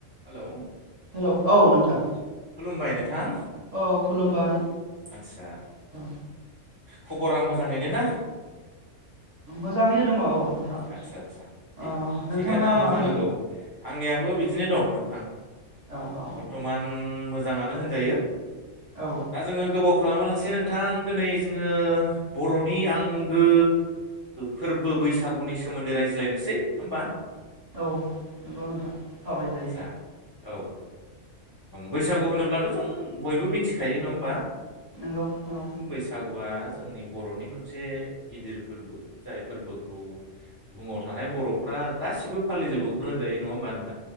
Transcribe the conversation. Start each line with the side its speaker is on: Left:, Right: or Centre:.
Left: Hello
Right: hello औ नोंथां
Left: खुलुमबाय नोंथां
Right: औ खुलुमबाय
Left: आदसा
Right: औ
Left: खबरा मोजाङैनो ना
Right: मोजाङैनो दङ औ नोंथां
Left: आतसा आतसा दे
Right: अ नोंथांना
Left: थिगानो
Right: माब्रै
Left: जानांगौ आंनियाबो बिदिनो दं नोंथां
Right: औ औ
Left: बरथमान मो जाङानो होनजायो
Right: औ
Left: दा जोङो गोबाव खालामालासे नोंथां दिनै जोङो बरनि आंगो फोरबो बैसाग सागुनि सोमोन्दै रायज्लायनोसै नङा होमबा
Right: औ नोंगौ नोंथां सावरायजायो
Left: आदसा औ ओ बैसागु होनोब्लाथ जों बयबो मिथिखायो नङा होमबा
Right: नंगौ औ
Left: बैसागुआ जोंनि बरनि मोनसे गिदिर फोरबो जाय फोरबोखौ बुहुमाव थानाय बरफ्रा गासिबो फालिजोबबो होनजायो नङा होमबा नो